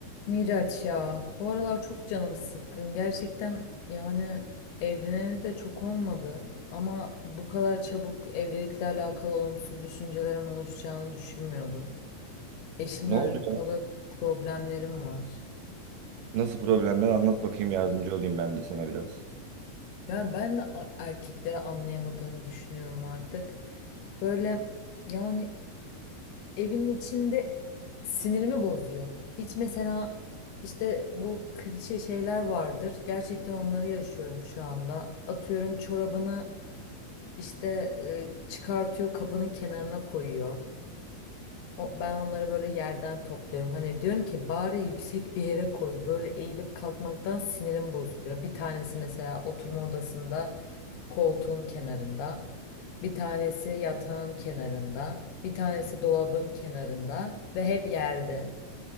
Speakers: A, on the left; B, on the right.
A: Miraç ya bu aralar çok canım sıkkın gerçekten yani evleneli de çok olmadı ama bu kadar çabuk evlilikle alakalı olumsuz düşüncelerim oluşacağını düşünmüyordum. Eşimle
B: Ne
A: alakalı
B: oldu ya?
A: problemlerim var.
B: Nasıl problemler? Anlat bakayım yardımcı olayım ben de sana biraz.
A: Ya ben mi a- erkekleri anlayamadığımı düşünüyorum artık. Böyle yani evin içinde sinirimi bozuyor. Hiç mesela işte bu klişe şeyler vardır. Gerçekten onları yaşıyorum şu anda. Atıyorum çorabını işte e, çıkartıyor, kapının kenarına koyuyor. O, ben onları böyle yerden topluyorum. Hani diyorum ki bari yüksek bir yere koy. Böyle eğilip kalkmaktan sinirim bozuluyor. Bir tanesi mesela oturma odasında koltuğun kenarında, bir tanesi yatağın kenarında, bir tanesi dolabın kenarında ve hep yerde.